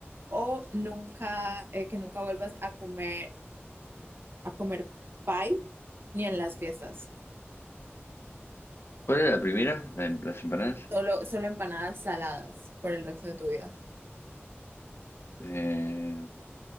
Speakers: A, on the right; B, on the left.
A: o nunca, eh, que nunca vuelvas a comer, a comer pie ni en las fiestas?
B: ¿Cuál era la primera? ¿La, em- las empanadas?
A: Solo, solo empanadas saladas por el resto de tu vida.
B: Eh,